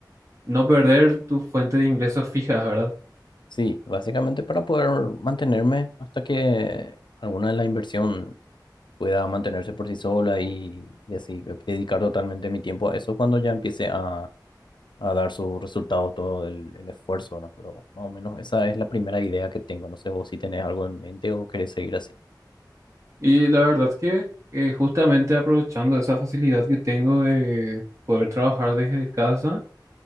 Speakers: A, on the right; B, on the left.
A: no perder tu fuente de ingresos fijas, ¿verdad?
B: Sí, básicamente para poder mantenerme hasta que alguna de la inversión pueda mantenerse por sí sola y, y así eh, dedicar totalmente mi tiempo a eso cuando ya empiece a, a dar sus resultados todo el, el esfuerzo, ¿no? Pero más o menos esa es la primera idea que tengo. No sé vos si tenés algo en mente o querés seguir así.
A: Y la verdad que eh, justamente aprovechando esa facilidad que tengo de poder trabajar desde casa,